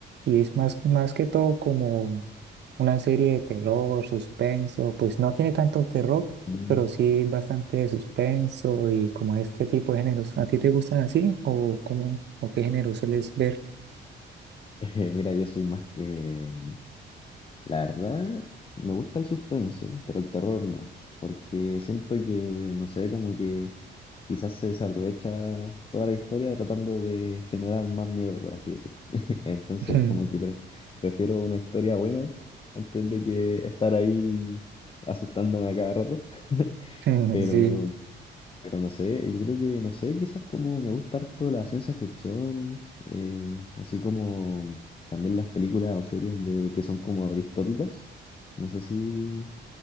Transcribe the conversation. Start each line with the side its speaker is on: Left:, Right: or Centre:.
Right: y es más, más que todo como Una serie de terror, suspenso, pues no tiene tanto terror,
Left: <laughs> mm.
Right: pero sí bastante de suspenso y como este tipo de géneros. ¿A ti te gustan así o cómo o qué género sueles ver?
Left: Eh, mira, yo soy más que, La verdad, me gusta el suspenso, pero el terror no, porque siento que, no sé, como que quizás se desaprovecha toda la historia tratando de generar más miedo, por así decir. <laughs> Entonces,
Right: <laughs>
Left: como que pref- prefiero una historia buena antes de que estar ahí asustándome a cada rato. <laughs>
Right: Sí.
Left: Pero pero no sé, yo creo que, no sé, quizás como me gusta harto la ciencia ficción, eh, así como también las películas o series de, que son como distópicas. No sé si,